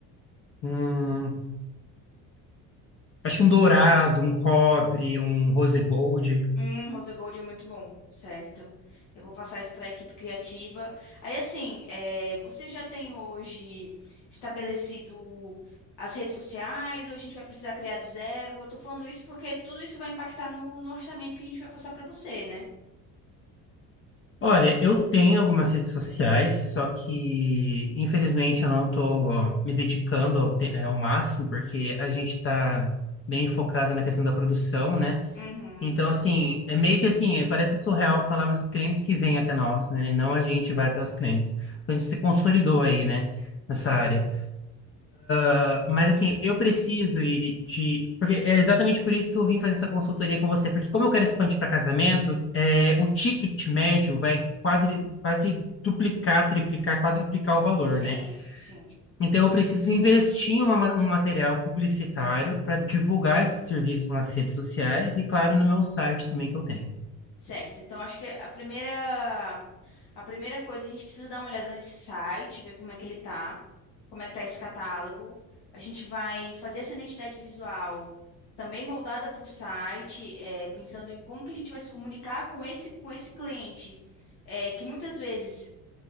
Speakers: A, on the left; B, on the left.
A: Hum, acho que um dourado, um cobre, um rose gold.
B: Hum, rose gold é muito bom, certo. Eu vou passar isso para a equipe criativa. Aí, assim, é, você já tem hoje estabelecido as redes sociais, ou a gente vai precisar criar do zero? Eu tô falando isso porque tudo isso vai impactar no, no orçamento que a gente vai passar para você, né?
A: Olha, eu tenho algumas redes sociais, só que infelizmente eu não estou me dedicando ao, te- ao máximo, porque a gente está bem focado na questão da produção, né?
B: Uhum.
A: Então, assim, é meio que assim, é- parece surreal falar, mas os clientes que vêm até nós, né? E não a gente vai até os clientes. A gente se consolidou aí, né? Nessa
B: Sim,
A: área. Ah, Mas, assim, eu preciso ir de. Porque é exatamente por isso que eu vim fazer essa consultoria com você. Porque, como eu quero expandir para casamentos, é, o ticket médio vai quadri... quase duplicar, triplicar, quadruplicar o valor,
B: sim,
A: né?
B: sim.
A: Então, eu preciso investir em uma ma- um material publicitário para divulgar esses serviços nas redes sociais e, claro, no meu site também que eu tenho.
B: Certo. Então, acho que a primeira A primeira coisa, a gente precisa dar uma olhada nesse site, ver como é que ele tá, como é que tá esse catálogo. A gente vai fazer essa identidade visual também moldada para o site, eh, pensando em como que a gente vai se comunicar com esse, com esse cliente, eh, que muitas vezes